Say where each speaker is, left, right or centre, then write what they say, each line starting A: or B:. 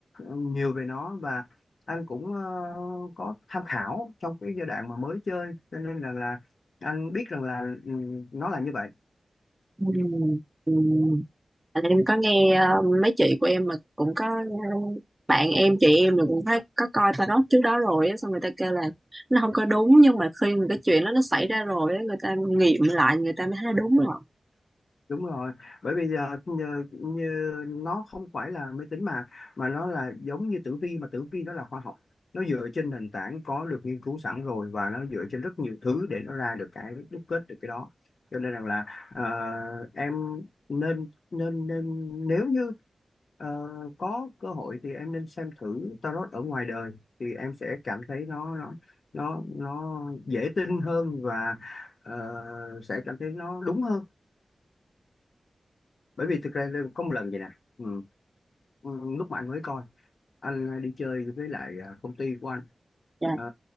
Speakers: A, on the left; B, on the right.
A: nhiều về nó và anh cũng ờ, có tham khảo trong cái giai đoạn mà mới chơi cho nên rằng là anh biết rằng là ừ, nó là như vậy
B: ừ, ừ. Tại Em có nghe ờ, mấy chị của em mà cũng có ờ, bạn em chị em là cũng thấy có coi tarot trước đó rồi á xong người ta kêu là nó không có đúng nhưng mà khi mà cái chuyện đó nó xảy ra rồi á người ta nghiệm lại người ta mới thấy đúng rồi
A: đúng rồi bởi bây giờ như, như nó không phải là máy tính mà mà nó là giống như tử vi mà tử vi nó là khoa học nó dựa trên nền tảng có được nghiên cứu sẵn rồi và nó dựa trên rất nhiều thứ để nó ra được cái đúc kết được cái đó cho nên rằng là ờ, em nên nên nên nếu như ờ, có cơ hội thì em nên xem thử tarot ở ngoài đời thì em sẽ cảm thấy nó nó nó nó dễ tin hơn và ờ, sẽ cảm thấy nó đúng hơn bởi vì thực ra Lê có một lần vậy nè ừ. ừ, lúc mà anh mới coi anh đi chơi với lại à, công ty của anh
B: Dạ.
A: Ờ,